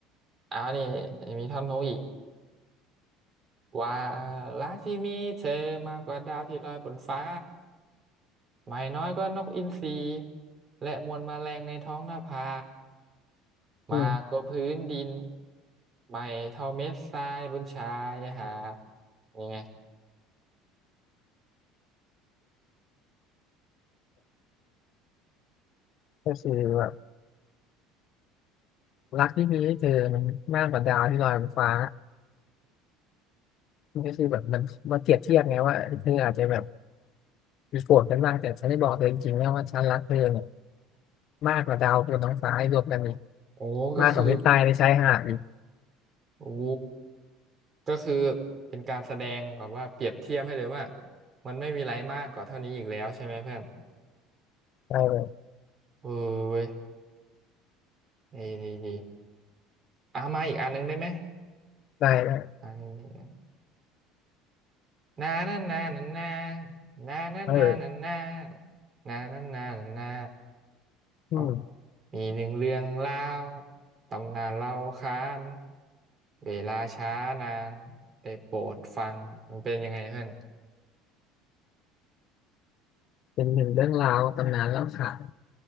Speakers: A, on the right (about 35°); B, on the left (about 55°).
A: อ้าวนี่มีท่อนโน้อีกว่ารักที่มีเธอมากกว่าดาวที่ลอยบนฟ้าไม่น้อยก็นกอินทรีและมวลแมลงในท้องนภา
B: อืม
A: มากกว่าพื้นดินไม่เท่าเม็ดทรายบนชายหาดยังไง
B: ก็คือว่า รักที่มีให้เธอมันมากกว่าดาวที่ลอยบนฟ้ามันก็คือแบบมันมาเปรียบเทียบไงว่าเธออาจจะแบบมีโกรธกันมากแต่ฉันได้บอกเธอจริงๆนะว่าฉันรักเธอเนี่ยมากกว่าดาวบนท้องฟ้าให้รวมกันอีก
A: โอ้ก็คือ
B: มากกว่าเม็ดทรายในชายหาดอีก
A: โอ้ ก็คือเป็นการแสดงแบบว่าเปรียบเทียบให้เลยว่ามันไม่มีอะไรมากกว่าเท่านี้อีกแล้วใช่ไหมเพื่อน
B: ได้เลย
A: เออเว้ยนี่นี่นี่อ่ะมาอีกอันหนึงได้ไหม
B: ได้ได้
A: อันนี้นนานานานานานานานานานา
B: เออ
A: นานานานานา
B: อืม
A: ก็มีหนึ่งเรื่องเล่าตำนานเล่าค้านเวลาช้านานได้โปรดฟังมันเป็นยังไงเพื่อน
B: เป็นหนึ่งเรื่องราวตำนานเล่าขาน